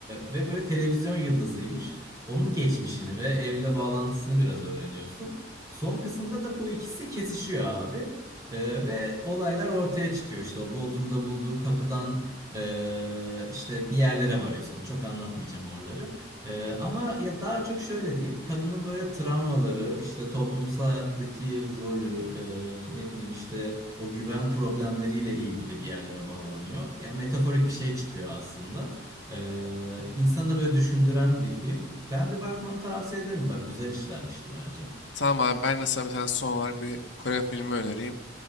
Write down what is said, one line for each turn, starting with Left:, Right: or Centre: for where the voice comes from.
Right: ve böyle televizyon yıldızıymış. Onun geçmişini ve evle bağlantısını biraz öğreniyorsun. Son kısımda da bu ikisi kesişiyor abi. Ee, ve olaylar ortaya çıkıyor. İşte o Bodrum'da bulduğu kapıdan e, işte bir yerlere varıyorsun. Çok anlatmayacağım oraları. Ee, ama ya daha çok şöyle diyeyim kadının böyle travmaları işte toplumsal hayattaki rolü e, ne bileyim işte o güven problemleriyle ilgili bir yerlere bağlanıyor. Ya metaforik bir şey çıkıyor aslında. Ee, insanı da böyle düşündüren bir film. Ben bir bakmanı tavsiye ederim bak güzel işlenmişti bence.
Left: Tamam abi ben de sana bir tane son olarak bir Kore filmi önereyim.